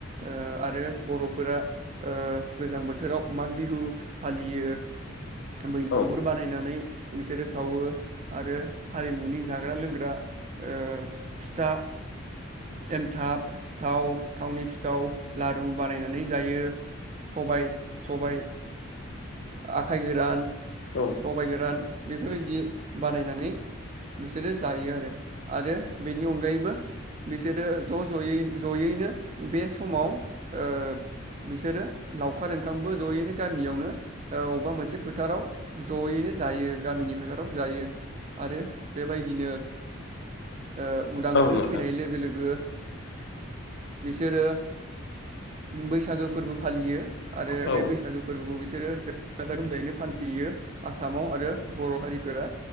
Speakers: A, on the right; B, on the left.
A: ओ आरो बर'फोरा ओ गोजां बोथोराव माग बिहु फालियो बैलागुर
B: औ
A: बानायनानै बिसोरो सावो आरो हारिमुनि जाग्रा लोंग्रा ओ फिथा एनथाब सिथाव थावनि सिथाव लारु बानायनाय संनानै जायो सबाय सबाय आखाइ गोरान
B: औ
A: सबाय गोरान बेफोरबायदि बानायनानै बिसोरो जायो आरो आरो बेनि अनगायैबो बिसोरो ज' ज'यै जयैनो बे समाव ओ बिसोरो लावखार ओंखामबो ज'यैनो गामियावनो अबबा मोनसे फोथाराव ज'यैनो जायो गामिनि फोथाराव जायो आरो बेबायदिनो ओ उदां
B: औ
A: बोथोर
B: नोंथां
A: फैनाय लोगो लोगो बिसोरो। बैसागो फोरबो फालियो। आरो
B: औ
A: बे बैसागो फोरबोखौ बिसोरो जोबोर गाजा गोमजायैनो फालियो। आसामाव आरो बर' हारिफोरा